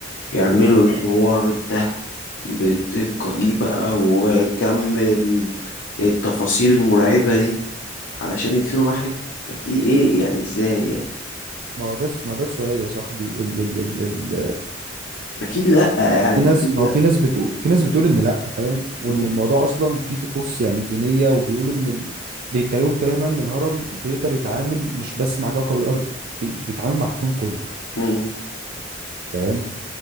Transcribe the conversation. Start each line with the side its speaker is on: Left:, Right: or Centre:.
Left: يعملوا الحوار ده بالدقة دي بقى وكم ال- التفاصيل المرعبة دي علشان يدفنوا واحد اكيد ايه يعني ازاي يعني
Right: ما هو ده ما ده السؤال يا صاحبي ال ال ال ال
Left: اكيد لا يعني
Right: في ناس
Left: اكيد لا
Right: ما هو في ناس بتقول في ناس بتقول ان لا فاهم وان
Left: مم.
Right: الموضوع اصلا فيه طقوس يعني دينيه وبيقولوا ان ال... بيتكلموا بطريقه ما ان الهرم بيقدر يتعامل مش بس مع كوكب الارض بي... بيتعامل مع الكون كله
Left: مم.
Right: فاهم